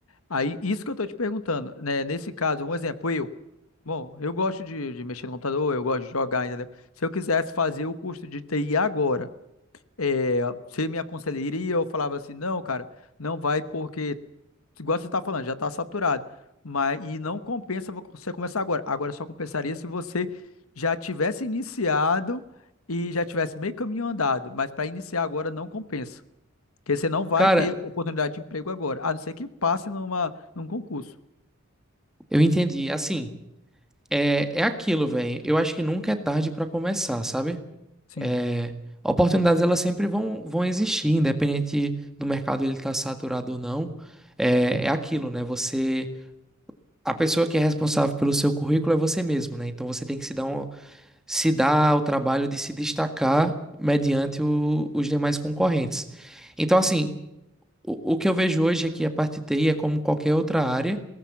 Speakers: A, on the left (about 90°); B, in the centre.
A: Aí, isso que eu tô te perguntando, né? Nesse caso, um exemplo, eu. Bom, eu gosto de, de mexer no computador, eu gosto de jogar, entendeu? Se eu quisesse fazer o curso de TI agora, é, você me aconselharia? Eu falava assim, não, cara, não vai porque, igual você está falando, já está saturado. Mas, e não compensa vo- você começar agora. Agora só compensaria se você já tivesse iniciado e já tivesse meio caminho andado. Mas para iniciar agora não compensa. Porque você não vai
B: Cara,
A: ter oportunidade de emprego agora, a não ser que passe numa, num concurso.
B: eu entendi. Assim, é, é aquilo, velho. Eu acho que nunca é tarde para começar, sabe?
A: Sim.
B: É, oportunidades elas sempre vão, vão existir, independente do mercado ele estar saturado ou não. É, é aquilo, né? Você, a pessoa que é responsável pelo seu currículo é você mesmo, né? Então você tem que se dar, um, se dar o trabalho de se destacar mediante o- os demais concorrentes. Então, assim, o, o que eu vejo hoje é que a parte de TI é como qualquer outra área,